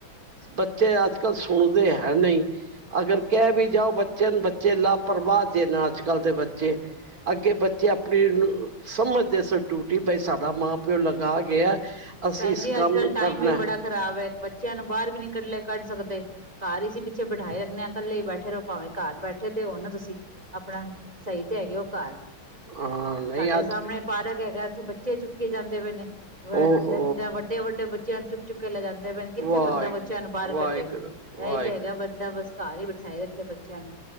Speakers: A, on the right; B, on the right.
A: ਬੱਚੇ ਅੱਜ ਕੱਲ ਸੁਣਦੇ ਹੈ ਨਹੀਂ, ਅਗਰ ਕਹਿ ਵੀ ਜਾਉ ਬੱਚੇ ਨੂੰ ਬੱਚੇ ਲਾਪਰਵਾਹ ਦੇ ਨੇ ਅੱਜ ਕੱਲ ਦੇ ਬੱਚੇ, ਅੱਗੇ ਬੱਚੇ ਆਪਣੀ ਸਮਝਦੇ ਸੀ ਡਿਊਟੀ, ਬਾਈ ਸਾਡਾ ਮਾਂ ਪਿਉ ਲਗਾ ਗਿਆ ਅਸੀਂ
B: ਭੈਣ
A: ਇਸ
B: ਜੀ,
A: ਕੰਮ
B: ਅੱਜ ਕੱਲ੍ਹ
A: ਨੂੰ
B: ਟਾਈਮ
A: ਕਰਨਾ
B: ਵੀ ਬੜਾ ਖ਼ਰਾਬ ਹੈ, ਬੱਚਿਆਂ ਨੂੰ ਬਾਹਰ ਵੀ ਨਹੀਂ ਇਕੱਲੇ ਕੱਢ ਸਕਦੇ, ਘਰ ਵਿੱਚ ਹੀ ਬਿਠਾਏ ਰੱਖਦੇ ਹਾਂ, ਇਕੱਲੇ ਹੀ ਬੈਠੇ ਰਹੋ ਭਾਵੇਂ ਘਰ ਬੈਠੇ ਤੇ ਹੋ ਨਾ ਤੁਸੀਂ, ਆਪਣਾ ਸਹੀ ਤੇ ਹੈਗੇ ਹੋ ਘਰ।
A: ਹਾਂ ਨਹੀਂ
B: ਸਾਡੇ
A: ਅੱਜ
B: ਸਾਹਮਣੇ ਪਾਰਕ ਹੈਗਾ। ਬੱਚੇ ਚੁੱਕੇ ਜਾਂਦੇ ਪਏ ਨੇ। <unintelligible> ਹੋਰ
A: ਓਹੋ
B: ਵੱਡੇ ਵੱਡੇ ਬੱਚੇ ਬੱਚਿਆ ਨੂੰ ਚੁੱਕ ਚੁੱਕ ਲੈ ਜਾਂਦੇ ਕਿੱਥੇ
A: ਵਾਹਿਗੁਰੂ
B: ਬੰਦਾ ਬੱਚਿਆਂ ਨੂੰ ਬਾਹਰ
A: ਵਾਹਿਗੁਰੂ
B: ਕੱਢੇਗਾ,
A: ਵਾਹਿਗੁਰੂ
B: ਇਹ ਤੇ ਹੈਗਾ ਬੰਦਾ ਬਸ ਘਰ ਹੀ ਬਿਠਾਏ ਰੱਖੇ ਬੱਚਿਆਂ ਨੂੰ